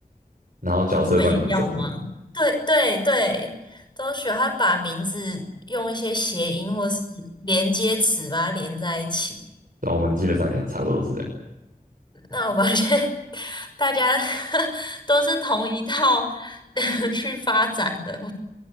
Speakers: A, on the right (about 65°); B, on the left (about 30°).
A: 然后角色扮演是什么的，
B: 你们也要吗？<laughs> 对对对，都喜欢把名字用一些谐音或是连接词把它连在一起。
A: 然后我们基本上也差不多是这样。
B: 那我发现 <laughs> 大家 <laughs> 都是同一套 <laughs> 去发展的。